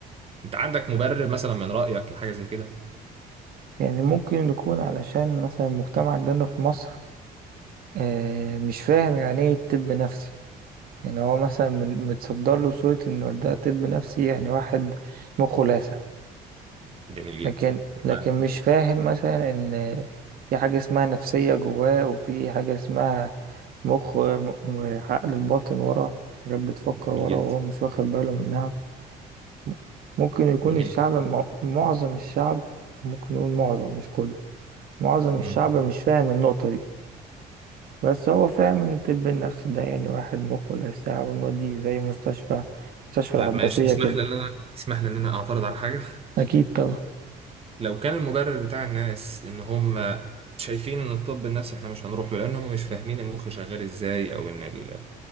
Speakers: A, on the right (about 35°); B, on the right (about 60°).
A: انت عندك مبرر مثلا من رايك لحاجة زي كده
B: يعني ممكن يكون علشان مثلا المجتمع عندنا في مصر آه مش فاهم يعني ايه طب نفسي يعني هو مثلا من- متصدر له صورة إنه ده طب نفسي يعني واحد مخه لاسع
A: جميل جدا
B: لكن لكن
A: آه،
B: مش فاهم مثلا ان في حاجة اسمها نفسية جواه وفي حاجة اسمها مخ م- م- عقل الباطن ورا حاجات بتفكر
A: جميل
B: ورا
A: جدا
B: وهو مش واخد باله منها م- ممكن يكون
A: جميل
B: الشعب مع- معظم الشعب ممكن نقول معظم مش كله معظم الشعب
A: مم.
B: مش فاهم النقطة دي بس هو فاهم ان الطب النفسي ده يعني واحد مخه لا ساعة ونوديه زي مستشفى مستشفى
A: طب
B: العباسية
A: ماشي تسمح
B: كده
A: لي ان انا تسمح لي ان انا اعترض على حاجة
B: أكيد طبعا
A: لو كان المبرر بتاع الناس ان هم شايفين ان الطب النفسي احنا مش هنروح له لان هم مش فاهمين المخ شغال ازاي او ان ال...